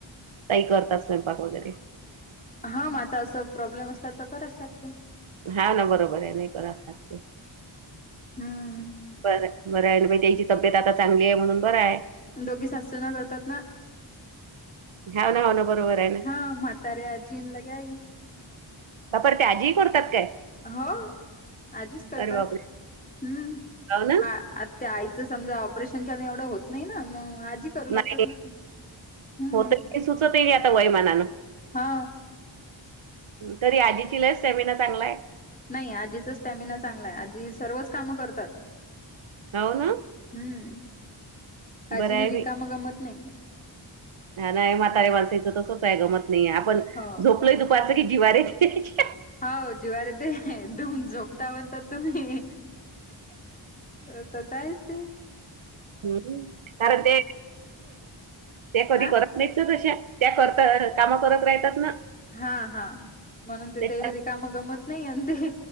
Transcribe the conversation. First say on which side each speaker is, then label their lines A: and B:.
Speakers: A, on the right; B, on the left.
A: आई करतात स्वयंपाक वगैरे.
B: हा मग आता असं प्रॉब्लेम असतात तर कराच लागते.
A: हा ना बरोबर आहे नाही करा लागते.
B: हम्म..
A: बर बरं आहे आणि त्यांची, तब्येत आता चांगली आहे म्हणून बरं हाय.
B: दोघी सासूसूना करतात ना.
A: हो ना, हो ना बरोबर आहे ना.
B: हा म्हातारे आजीन लगे आई
A: बापरे ते आजी करतात काय.
B: हो आजीच करतात
A: अरे बापरे
B: हम्म
A: हाव ना
B: आ आता ते आई. समजा ऑपरेशनच्या एवढं होत नाही ना मग आजी करू लागतात
A: नाही
B: ना. हम्म
A: होतंय सुचत ये नाही, आता वयमानानं.
B: हा
A: तरी आजीची लैच स्टॅमिना चांगला आहे.
B: नाही आजीचा स्टॅमिना चांगला आहे, आजी सर्वच कामं करतात.
A: हो ना.
B: हम्म आजी
A: बरं आहे
B: रिकाम
A: बाई
B: गमत नाही.
A: हा नाही म्हातारे माणसाचं तसच आहे गमत नाहीे आपण
B: हो
A: झोपलोय. पाच च की जिवारेच.
B: हाऊऊ जेवारे ते दुम झोपता बनतात तुम्ही. अ तसं आहेच ते.
A: हंम्म कारण ते ते कधी
B: अ
A: करत नाहीत त्या तशा त्या करता काम करत राहतात ना.
B: हा हा. म्हणून ते
A: त्याच्या
B: तेरी रिक. काम गमत नाही आणि ते